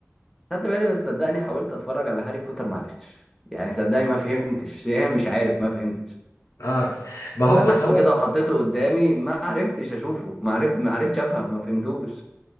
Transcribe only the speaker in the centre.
خدت بالي بس صدقني حاولت اتفرج على هاري بوتر ما عرفتش يعني صدقني ما فهمتش <laughs> يعني مش عارف ما فهمتش
فتحته
كده وحطيته قدامي ما عرفتش اشوفه ما عرفت ما عرفتش افهم ما فهمتوش